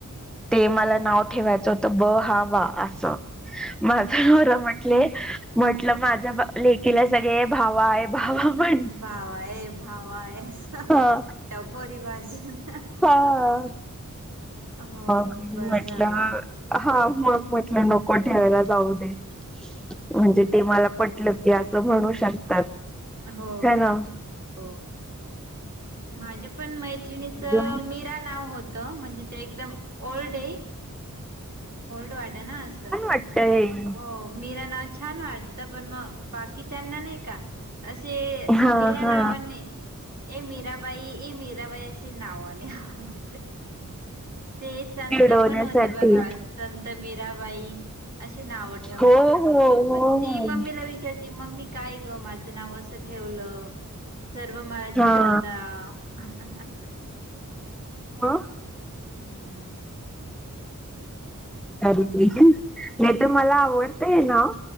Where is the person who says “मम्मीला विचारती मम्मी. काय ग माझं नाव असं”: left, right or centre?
Right